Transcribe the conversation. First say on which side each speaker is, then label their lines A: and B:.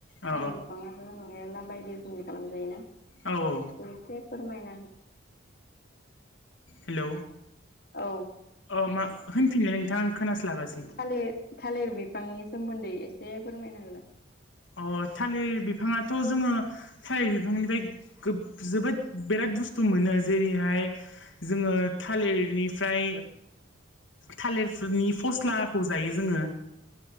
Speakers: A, on the left; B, on the left.
A: औ
B: थालिर बिफाङाबो मेरला बायदिसिना खालामजायोना
A: औ औ
B: एसे फोरमायना हो
A: हेलौ
B: औ
A: अ मा होनफिनलाय नोंथां आं खोनास्लाबासै
B: थालिर थालिर बिफांनि सोमोन्दै एसे फोरमायना होलाय
A: अ थालिर बिफाङाथ' जोङो थालिर बिफांनिफ्राय जोबोद बिराद बसथु मोनो जेरैहाय जोङो थालिरनि ओमफ्राय थालिरनि फस्लाखौ जायो जोङो